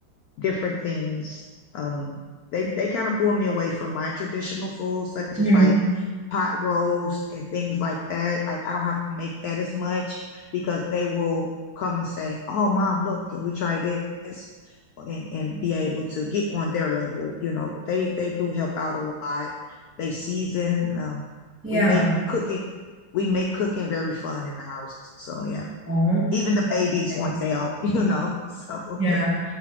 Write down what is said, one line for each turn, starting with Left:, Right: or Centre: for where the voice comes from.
Left: different things. Um, they they kind of pull me away from my traditional foods, such
Right: Mhm.
Left: as like pot roast and things like that. Like I don't have to make that as much because they will come and say, "Oh, mom, look, can we try this?" and and be able to get on their level, you know. But they they do help out a lot. They season. Um,
Right: Yeah.
Left: we make cooking. We make cooking very fun in the house. So yeah,
Right: Oh,
Left: even the babies
Right: nice.
Left: want to help, <laughs> you know. So
Right: Yeah.
Left: <laughs>